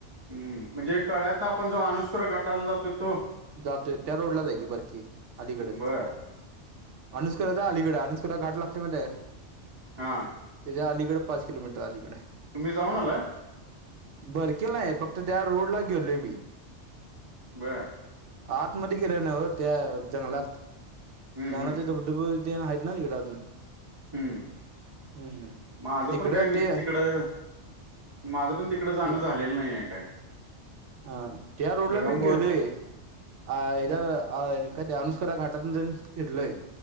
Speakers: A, on the right (about 20°); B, on the right (about 80°).
A: हम्म म्हणजे कळ्यातन आपण जो अनुषकर घाटायला जातो तो.
B: जातोय त्या रोड लाच आहे की बरकी अलीकडच.
A: बर
B: अनुषकराच्या अलीकडे अनुषकरा घाट लागतोय माहितीय काय?
A: हां.
B: तेज्या अलीकड पाच किलोमीटर अलीकडय.
A: तुम्ही जाऊन आलाय
B: बरकीलाय फक्त त्या रोड ला गेलोय मी.
A: बरं.
B: आतमध्ये गेल्यालो नाही ओ त्या जंगलात <unintelligible>
A: हम्म
B: <unintelligible> हायत ना
A: हम्म
B: तिकडं अजून.
A: हम्
B: हम्म
A: माझ
B: तिकडं
A: पण काय नीट
B: ते
A: तिकडं माझं पण ती. तिकड जाणं
B: ते
A: झालेलं नाहये काय.
B: हा त्या रोडला
A: गगमबोर्ड
B: मी गेलोय. अदा अ काय ते अनुस्करा घाटातन तेन फिरलोय.